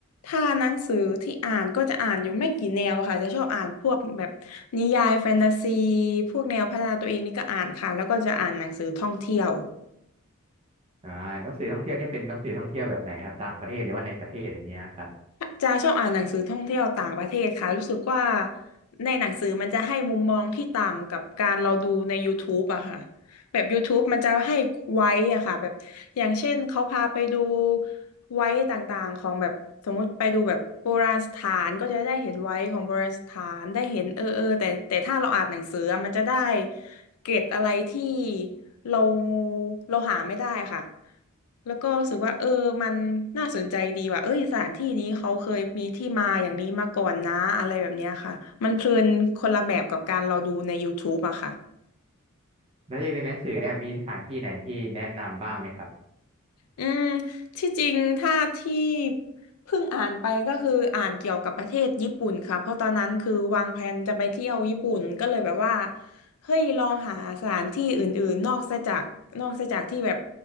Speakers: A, on the left; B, on the right.
A: ถ้าหนังสือที่อ่านก็จะอ่านอยู่ไม่กี่แนวค่ะจะชอบอ่านพวกแบบนิยายแฟนตาซีพวกแนวพัฒนาตัวเองนี่ก็อ่านค่ะแล้วก็จะอ่านหนังสือท่องเที่ยว
B: อ่าหนังสือท่องเที่ยวเนี่ยเป็นหนังสือท่องเที่ยวแบบไหนครับต่างประเทศหรือว่าในประเทศอะไรเงี้ยครับ
A: จาชอบอ่านหนังสือท่องเที่ยวต่างประเทศค่ะรู้สึกว่าในหนังสือมันจะให้มุมมองที่ต่างกับการเราดูใน YouTube อะค่ะแบบ YouTube มันจะให้ไว้อะค่ะแบบอย่างเช่นเขาพาไปดู ไว้ต่างๆของแบบสมมุติไปดูแบบโบราณสถานก็จะได้เห็นไว้ของโบราณสถานได้เห็นเออเออแต่แต่ถ้าเราอ่านหนังสืออะมันจะได้เกร็ดอะไรที่เราเราหาไม่ได้ค่ะแล้วก็รู้สึกว่าเออมันน่าสนใจดีว่ะเอ้ยสถานที่นี้เขาเคยมีที่มาอย่างนี้มาก่อนนะอะไรแบบเนี้ยค่ะมันเพลินคนละแบบกับการเราดูใน YouTube อะค่ะ
B: แล้วอย่างในหนังสือเนี่ยมีสถานที่ไหนที่แนะนำบ้างไหมครับ
A: อืม ที่จริง ถ้าที่เพิ่งอ่านไปก็คืออ่านเกี่ยวกับประเทศญี่ปุ่นค่ะเพราะตอนนั้นคือวางแผนจะไปเที่ยวญี่ปุ่นก็เลยแบบว่า เฮ้ย ลองหาสถานที่อื่นๆนอกซะจากนอกซะจากที่แบบ